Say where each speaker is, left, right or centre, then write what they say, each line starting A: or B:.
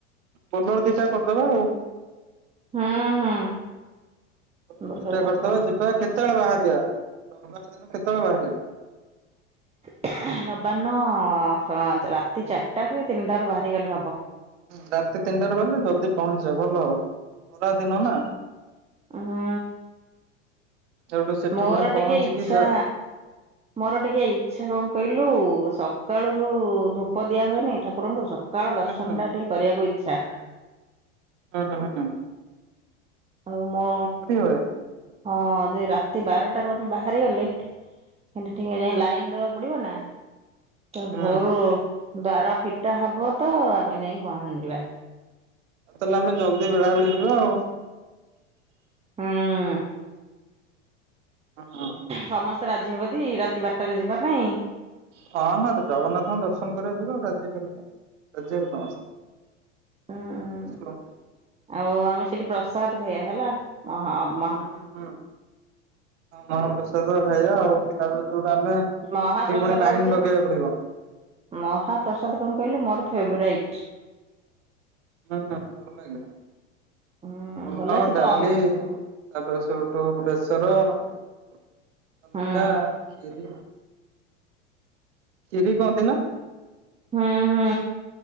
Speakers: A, on the right; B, on the right.
A: ବୋଲର ଦିଟା କରିଦେବା ଆଉ।
B: ହୁଁ ହୁଁ
A: ବୋଲର
B: ବୋଲେର
A: ଦିଟା
B: କରିଦବ।
A: କରିଦବା ଯିବା। କେତେବେଳେ ବାହାରିବା? ରବିବାର ଦିନ କେତେବେଳେ ବାହାରିବା?
B: ରବିବାର ଦିନ ରାତି ଚାରିଟାରୁ କି ତିନିଟାରୁୁ ବାହାରିଗଲେ ହବ।
A: ରାତି ତିନିଟାରେ ବାହାରିଲେ ଜଲଦି ପହଞ୍ଚିବା ଭଲ ହବ ଖରା ଦିନ ନା।
B: ହୁଁ
A: ସେଠୁ ସେଠି
B: ମୋର
A: ପୁଣି ପହଞ୍ଚିକି
B: ଟିକେ ଇଚ୍ଛା
A: ଯା
B: ମୋର ଟିକେ ଇଚ୍ଛା କଣ କହିଲୁ ସକାଳୁ ଯୋଉ ଧୂପ ଦିଆ ହୁଏନି ଠାକୁରଙ୍କୁ। ସ ସକାଳ ଦର୍ଶନ
A: ହଁ ହଁ
B: ଟା ଟିକେ କରିବାକୁ ଇଚ୍ଛା।
A: ହୁଁ ହୁଁ ହୁଁ।
B: ଆଉ ମୁଁ
A: ହୁଏ।
B: ହଁ ଯେ ରାତି ବାରଟାରୁ ଆମେ ବାହାରିଗଲେ ହେଠି ଟିକେ ଯାଇ ଲାଇନି ଦବାକୁ ପଡିବ ନା ତା
A: ହଁ
B: ଭୋରୁ ଦ୍ୱାର ଫିଟା ହବ ତ ଆମେ ଯାଇ ପହଞ୍ଚିଵା।
A: ତାହେଲେ ଆମେ ଜଲଦି ବେଳାବିଳି ଯିବା ଆଉ।
B: ହୁଁ
A: ହଁ।
B: ସମସ୍ତେ ରାଜି ହେବେ ଦି ରାତି ବାରଟାରେ ଯିବା ପାଇଁ?
A: ହଁ ହଁ ଜଗନ୍ନାଥଙ୍କ ଦର୍ଶନ କରିବାକୁ ଯିବେ ଆଉ ରାଜିବେନି ରାଜିହେବେ ସମସ୍ତେ।
B: ଉଁ
A: ବଝିଲ <unintelligible>
B: ଆଉ ଆମେ ସେଠି ପ୍ରସାଦ ଖାଇବା ହେଲା ଅହ ଅବ
A: ହୁଁ ହୁଁ ମହାପ୍ରସାଦ ଖାଇବା ଆଉ ତାପରେ ଯୋଉଟା ଆମେ। ପହଂଚିକି
B: ମହାପ୍ରସାଦ
A: ପୁଣି ଲାଇନ
B: ହଉଛି
A: ଲଗେଇବାକୁ ପଡିବ।
B: ମହାପ୍ରସାଦ କଣ କହିଲୁ ମୋର ଫେବରାଇଟ।
A: ହୁଁ ଭଲ ଲାଗେ
B: ହୁଁ
A: ଅନ୍ନ
B: ଭଲ ସେ ତ
A: ଡାଲି
B: ଅମ୍
A: ତାପରେ ସେଠୁ ବେସର କନିକା
B: ହୁଁ
A: ଖିରି। କ୍ଷୀରି କୁହନ୍ତି ନା?
B: ହୁଁ ହୁଁ।